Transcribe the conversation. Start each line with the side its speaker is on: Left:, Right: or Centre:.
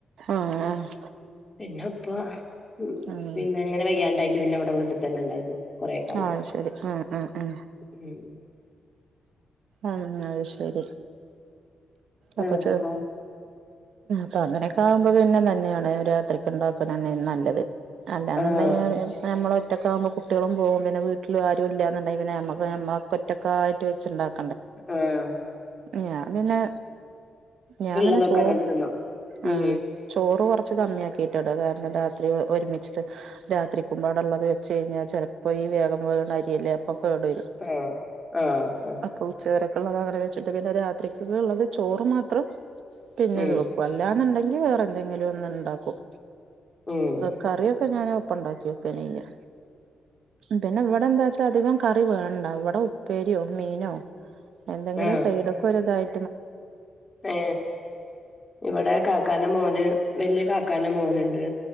Right: ആഹ് ആഹ് ആഹ്
Left: പിന്നെ അപ്പ ഉ
Right: ഉം
Left: പിന്നെ അങ്ങനെ വെയ്യാണ്ടായിട്ട് പിന്നെ ഇവിടെ വീട്ടിൽ തന്നെ ഉണ്ടായിരുന്നു കൊറെ കാലം
Right: ആഹ ശരി ഉം ഉ ഉ
Left: ഉം
Right: ഉം അത് ശരി അപ്പൊ
Left: ആഹ
Right: ചെ ഉം അപ്പൊ അങ്ങനെയൊക്കെ ആകുമ്പോ പിന്നെ തന്നെയാണ് രാത്രിക്ക് ഉണ്ടാക്കുന്ന തന്നെ നല്ലത് അല്ലാുണ്ടെ
Left: ആ
Right: നമ്മള ഒറ്റക്കെ ആവുമ്പോ കുട്ടികള പോകും പിന്നെ വീട്ടിൽും ആരുും ഇല്ലന്നുണ്ടെ പിന്നെമ്മമ്മ ഒറ്റക്കായിട്ട് വെച്ചിണ്ടാക്കും
Left: ആഹ
Right: ഞാൻ പിന്നെ ഞാൻ
Left: ഉള്ളതൊക്കെ
Right: പിന്നെ ചോ
Left: അങ്ങട്ട് തിന്നും
Right: ആ
Left: ഉം
Right: ചോറ് കുറത്ത് കുറച്ച് കമ്മിയ ആാക്കിയിട്ടട കാരണം രാത്രി ഒരുമിച്ചിട്ട് രാത്രിക്കുമ്പാടുള്ളത് വെച്ച കഴിഞ്ഞാൽ ചെലപ്പോ അപ്പൊ ഈ വേഗം വേണാര്ല്ലേ അപ്പൊ കേ വരും
Left: ആ ആ ആ
Right: അപ്പൊ ഉച്ചവരൊക്കെത വെച്ചിട്ട് രാത്രിക്ക് ഉള്ളത് ചോർ മാത്രം പിന്നെ
Left: ഉം
Right: നോക്കും അല്ലനീടകിൽ വേറെയെണ്ടെകിലും ഉണ്ടാക്കും
Left: ഉം
Right: കറി ഞൻ ഒപ്പം ഉണ്ടാക്കി വക്ക്യ പിന്നെ ഇവിടെന്താ അധികം കറി വേണ്ട അവിടെ ഉപ്പേരിയോ മീനോ എന്തെങ്കിലും
Left: ആ ആ
Right: സൈഡ ഒക്കെ ഒതായി
Left: ഏ ഇവിടെ കാക്കാന മോന് വല്ിയ കാക്കാന മോൻുണ്ട്